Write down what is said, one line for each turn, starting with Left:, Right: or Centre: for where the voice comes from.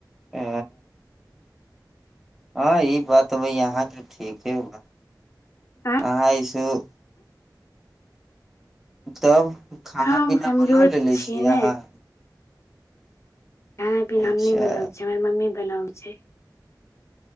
Centre: ओ हाँ ई बात भय अहाँ के ठीके बा
Left: आँय
Centre: अहाँ ऐसेहु तब खाना
Left: हम
Centre: पीना
Left: कमजोर
Centre: बना लेले
Left: छी
Centre: छियै
Left: ने
Centre: अहा
Left: खाना पीना
Centre: अच्छा
Left: हम नहि बनबै छियै हमर मम्मी बनाबै छैय।